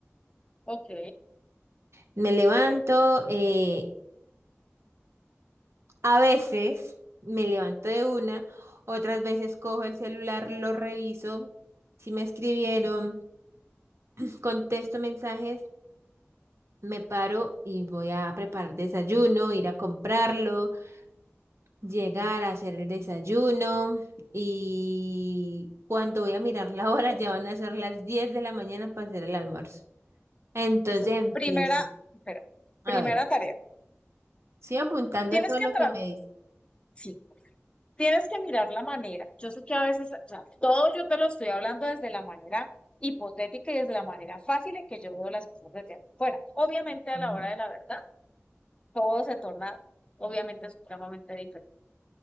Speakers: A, on the left; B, on the right.
A: Ok,
B: Me levanto, eh, a veces me levanto de una, otras veces cojo el celular, lo reviso, si me escribieron, pues, contesto mensajes, me paro y voy a preparar desayuno, ir a comprarlo. llegar a hacer el desayuno y cuando voy a mirar la hora ya van a ser las 10 de la mañana para hacer el almuerzo. Entonces
A: listo.
B: empiezo.
A: Primera, espera,
B: A
A: primera
B: ver,
A: tarea.
B: estoy apuntando
A: Tienes
B: todo
A: que
B: lo
A: tratar,
B: que me dice.
A: sí. Tienes que mirar la manera. Yo sé que a veces, o sea, todo yo te lo estoy hablando desde la manera hipotética y desde la manera fácil en que yo veo las cosas desde afuera. Obviamente a
B: Ujú,
A: la hora de la verdad, todo se torna, obviamente, supremamente diferente.